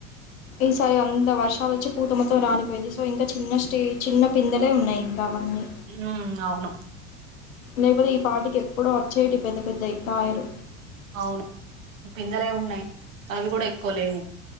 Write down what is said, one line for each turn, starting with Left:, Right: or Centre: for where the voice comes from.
Left: ఈసారి వంద వర్షం, ఆ వచ్చి, మొత్తం రాలిపోయింది. సో ఇంక చిన్న స్టేజ్, చిన్న పిందలె ఉన్నాయ్ యింక అవన్ని
Right: ఉమ్ అవును
Left: లేకపోతే ఈ పాటికి ఎపు ఎప్పుడో వచ్చేటి, పెద్ద పెద్దయి కాయలు.
Right: అవును పిందలె ఉన్నయ్ అవి గూడ ఎక్కువలేవు